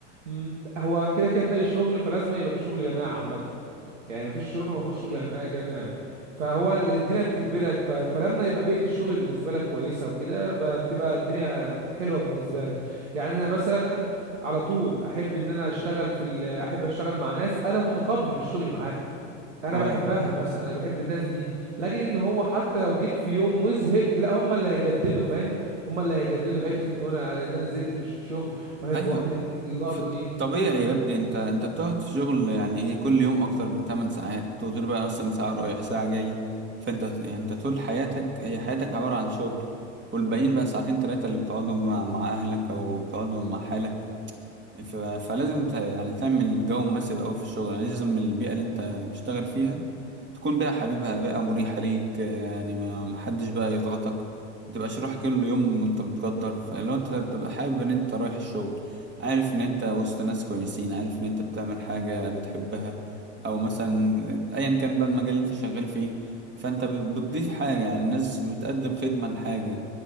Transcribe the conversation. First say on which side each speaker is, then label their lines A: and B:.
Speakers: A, on the right; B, on the right.
A: مم، هو كده كده في اي شغل فلازم يبقى في شغل جماعي عامه يعني مفيش شغل ما فيهوش شغل جما- جماعي فهو اللي الدنيا بتجبرك ف... فلما يبقى بيئه الشغل بالنسبه لك كويسه وكده ب- بتبقى الدنيا حلوه بالنسبه لك يعني انا مثلا على طول احب ان انا اشتغل في ال... احب اشتغل مع ناس انا متقبل الشغل معاها انا
B: اه
A: بحبها مثلا انا بحب الناس دي لاجل ان هو حتى لو جيت في يوم وزهقت لا هم اللي هيجددوا فاهم هم اللي هيجددوا حته ان انا ان انا زهقت من الشغل وهيبقوا
B: ايوه
A: واخدين اللقطه
B: في الطبيعي
A: دي فاهم
B: يا ابني انت انت بتقعد في شغل يعني ايه كل يوم اكتر من 8 ساعات تقدر بقى مثلا ساعة رايح ساعة جاي فانت يعني انت طول حياتك هي حياتك عبارة عن شغل والباقيين بقى ساعتين تلاتة اللي بتقعدهم مع, مع اهلك او بتقعدهم مع حالك ف- فلازم ت- يعني تعمل جو مناسب أوي في الشغل يعني لازم البيئة اللي أنت بتشتغل فيها تكون بيئة حبيبها بيئة مريحة ليك يعني ما ما حدش بقى يضغطك متبقاش رايح كل يوم وأنت متقدر فلو أنت بتبقى حابب إن أنت رايح الشغل عارف إن أنت وسط ناس كويسين عارف إن أنت بتعمل حاجة بتحبها أو مثلا أيا كان بقى المجال اللي أنت شغال فيه فأنت بت- بتضيف حاجة يعني الناس بتقدم خدمة لحاجة